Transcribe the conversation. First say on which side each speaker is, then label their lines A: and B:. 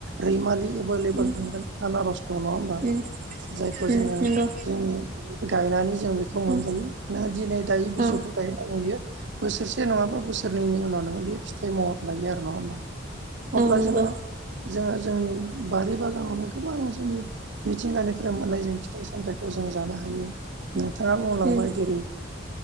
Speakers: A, on the right (about 60°); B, on the right (about 35°).
A: रैमालि एभलेबोल
B: उम
A: मोनगोन आनारस दङ नङा होमबा
B: उम
A: जायखौ
B: उम
A: जोङो
B: नंगौ
A: जोंनि गायनानै जों बेखौ मोनजायो
B: उम
A: नों दिनै दायो बिजौखौ
B: औ
A: गायो नों <unintelligible> बियो बोसोरसे नङाबा बोसोरनै उन नोङो बे फिथाइ महर लायो आरो नङा होमबा अब्ला
B: औ नंगौ
A: जोङो जोङो जोंनि बारि बागानावनो गोबां जोंनि मिथिंगानिफोर मोननाय जों फिथाइ सामथाइखौ जों जानो हायो नोंथाङा बुंलांबाय
B: उम
A: जेरै